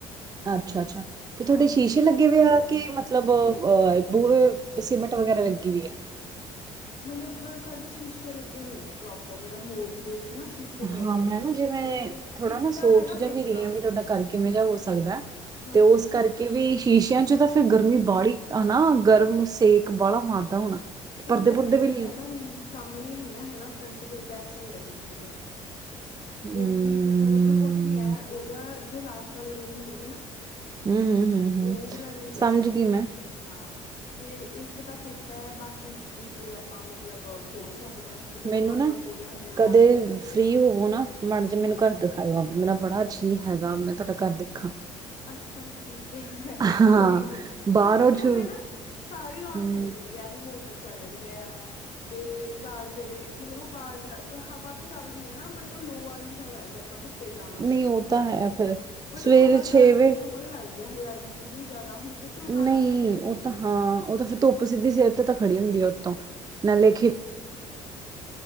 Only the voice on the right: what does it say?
ਅੱਛਾ ਅੱਛਾ ਤੇ ਤੁਹਾਡੇ
ਸ਼ੀਸ਼ੇ ਲੱਗੇ ਪਏ ਆ ਕੇ ਮਤਲਬ ਅਹ ਬੂਹੇ ਸੀਮਟ ਵਗੈਰਾ ਲੱਗੀ ਵੀਈ ਆ
ਹਾਂ
ਮੈਂ
ਨਾ ਜਿਵੇਂ
ਥੋੜਾ
ਨਾ
ਸੋਚ
ਜਾ
ਵੀ ਰਹੀ ਹਾਂ ਵੀ ਤੁਹਾਡਾ ਘਰ ਕਿਵੇਂ ਜਿਹਾ ਹੋ ਸਕਦਾ ਤੇ
ਉਸ ਕਰਕੇ
ਵੀ ਸ਼ੀਸ਼ਿਆਂ ਚੋ ਤਾਂ ਫਿਰ ਗਰਮੀ ਬਾਹੜੀ ਹਨਾ ਗਰਮ ਸੇਕ ਬਾਹਲਾ ਮਾਰਦਾ ਹੋਣਾ ਤੇ
ਪਰਦੇ
ਪੁਰਦੇ
ਵੀ ਲ-
ਹਮ
ਹਮ ਹਮ ਹਮ ਹਮ।
ਸਮਝ
ਗਈ ਮੈਂ
ਮੈਨੂੰ
ਨਾ
ਕਦੇ
ਫ੍ਰੀ ਹੋਵੋ ਨਾ ਮੜ ਜਾ ਮੈਨੂੰ ਘਰ ਦਿਖਾਓ ਆਪਨਾ, ਮੇਰਾ ਬੜਾ ਜਿਹ ਹੈਗਾ ਮੈਂ ਤੁਹਾਡਾ ਘਰ ਦੇਖਾ।
ਹਾਂ
ਬਾਹਰੋਂ
ਚ
ਹਮ,
ਨਹੀਂ
ਉਹ
ਤਾਂ ਹੈ ਫਿਰ
ਸਵੇਰੇ
ਵਜੇ
ਨਹੀਂ,
ਉਹ
ਤਾਂ ਹਾਂ, ਉਹ ਤਾਂ ਫਿਰ ਧੁੱਪ ਸਿੱਧੀ ਸਿਰ ਤੇ ਤਾਂ ਖੜੀ ਹੁੰਦੀ ਆ। ਤੋਂ, ਨਾਲੇ
ਖੇਤ